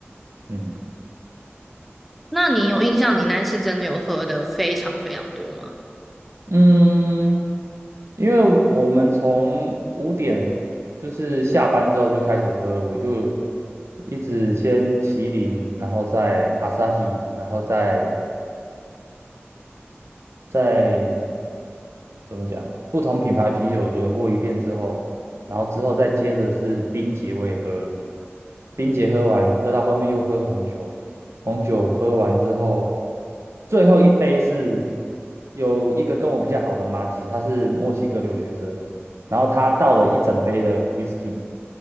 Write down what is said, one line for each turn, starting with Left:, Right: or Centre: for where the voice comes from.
Right: 嗯
Centre: 那你有印象你那次真的有喝的非常非常多吗？
Right: 嗯，因为我们从五点就是下班之后就开始喝，我就一直先麒麟，然后再阿萨 a 然后再再。怎么讲，不同品牌啤酒轮过一遍之后，然后之后再接着是冰姐我也喝，冰姐喝完，喝到后面又喝红酒，红酒喝完之后，最后一杯是有一个跟我比较好的妈吉，她是墨西哥留学生，然后她倒了一整杯的 whisky，